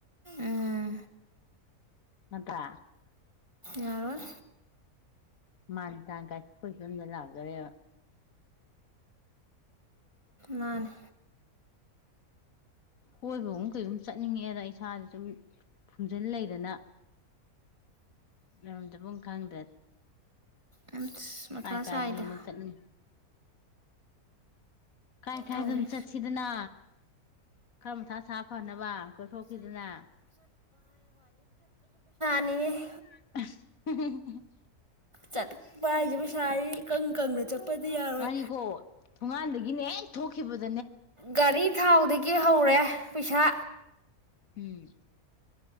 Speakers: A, on the right; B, on the left.
A: ꯎꯝ
B: ꯉꯥꯟꯇ
A: ꯌꯥꯔꯣꯏ
B: ꯃꯥꯟꯁ ꯀꯥꯏ ꯐꯁꯟꯂ ꯍꯧꯒꯔꯦ
A: ꯃꯥꯅꯦ
B: ꯀꯣꯏꯕꯒꯨꯝ ꯀꯩꯒꯨꯝ ꯆꯠꯅꯤꯡꯉꯦꯗ ꯏꯁꯥꯥꯖꯦ ꯁꯨꯝ ꯐꯨꯝꯖꯤꯟ ꯂꯩꯗꯅ ꯂꯩꯕꯝ ꯆꯥꯕꯝ ꯈꯪꯗ‍꯭ꯔꯦ
A: ꯑꯁ ꯃꯊꯥ
B: ꯀꯥꯏ ꯀꯥꯏꯗꯅꫭ
A: ꯁꯥꯏꯗ
B: ꯑꯃ ꯆꯠꯅꯤꯡ ꯀꯥꯏ ꯀꯥꯏꯗꯅꯣꯝ
A: <unintelligible>
B: ꯆꯠꯁꯤꯗꯅ ꯈꯔ ꯃꯊꯥ ꯁꯥ ꯐꯅꯕ ꯀꯣꯏꯊꯣꯛꯈꯤꯗꯅ
A: ꯅꯤꯅꯦ
B: <unintelligible>
A: ꯆꯠꯄ ꯍꯥꯏꯖꯦ ꯄꯩꯁꯥꯅꯤꯅꯦ ꯏꯀꯪ ꯀꯪꯅ ꯆꯠꯄꯗꯤ ꯌꯥꯔꯣꯏ
B: ꯃꯥꯅꯤꯀꯣ ꯊꯣꯡꯉꯥꯟꯗꯒꯤꯅꯦ ꯍꯦꯛ ꯊꯣꯛ ꯈꯤꯕꯗꯥ
A: ꯒꯥꯔꯤ ꯊꯥꯎꯗꯒꯤ ꯍꯧꯔꯦ ꯄꯩꯁꯥ
B: ꯎꯝ